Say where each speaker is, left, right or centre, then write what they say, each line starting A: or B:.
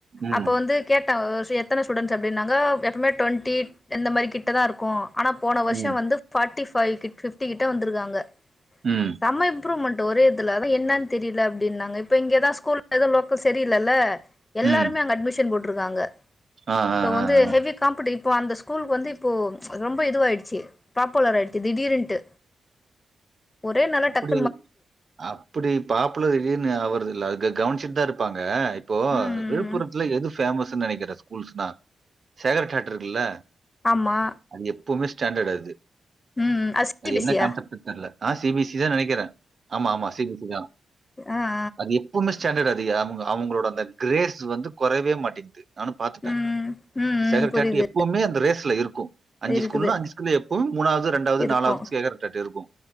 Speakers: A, on the right; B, on the left.
A: ம்,
B: அப்போ வந்து கேட்ட ஒர் வர்ஷ் எத்தன ஸ்டூடண்ட்ஸ் அப்டின்னாங்க எப்பவுமே டொண்ட்டி இந்த மாரி கிட்ட தா இருக்கு ஆனா போன வர்ஷோ
A: ம்,
B: வந்து ஃபாட்டி ஃபைவ் ஃபிஃப்டிக்கிட்ட வந்ருக்காங்க
A: ம்
B: நம்ம இப் இம்ப்ரூவ்மெண்ட் ஒரே இதுல அதா என்னன்னு தெரியல அப்டின்னாங்க இப்ப இங்கதா ஸ்கூல்ல எதுவு லோக்கல் செரி இல்லல்ல எல்லாருமே
A: ம்.
B: அங்க அட்மிஷன் போட்ருக்காங்க
A: ஆ, ஆ,
B: ஷோ வந்து
A: ஆ, ஆ.
B: ஹேவி காம்படி இப்ப அந்த ஸ்கூ ஸ்கூலுக்கு வந்து இப்போ ரொம்ப இதுவாயிடுச்சு பாப்புலர் ஆயிடுச்சு திடிருன்டு ஒரே நாள்ல டக்
A: அப்டி அப்டி பாப்புலர் திடிர்னு ஆவுறதில்ல அது க க கவனிச்சுட்டு தா இருப்பாங்க இப்போ
B: ம் ம்
A: விழுப்புரத்துல
B: ம்
A: எது பேமஸ்ன்னு நெனைக்கிற ஸ்கூல்ஸ்னா சேகர் சாட் இருக்குல்ல
B: ஆமா
A: அது எப்போமே ஸ்டாண்டடு அது
B: ம் சி
A: அது
B: பி
A: என்ன
B: எஸ் சி யா
A: கான்ஸ்செப்டு தெர்ல நா சி பி சி தா நெனைக்கிறே ஆமா ஆமா சி பி சி தா
B: ஆ ஆ
A: அது எப் இப்போமே ஸாண்டடு அதிக அவுங் அவங்களோட அந்த கிரேஸ் வந்து குறவே மாட்டேங்குது நானு பாத்துட்டே
B: ம் ம் ம்
A: சேகர்
B: புரியுது
A: சாட்டி எப்பவுமே அந்த ரேஸ்ல இருக்கு அஞ்சு
B: இருக்குது
A: ஸ்கூல்னா அஞ்சு எப்பவு மூணாவது ரெண்டாவது
B: இருக்கு
A: நாலாவது சேகர்அட்டாட் இருக்கு